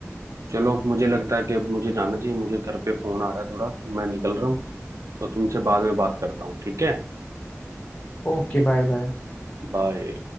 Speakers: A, on the right; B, on the left.
A: चलो मुझे लगता है कि अब मुझे जाना चाहिए मुझे घर पे फोन आ रहा है थोड़ा मैं निकल रहा हूँ तो तुमसे बाद में बात करता हूँ ठीक है
B: Okay bye bye
A: बाय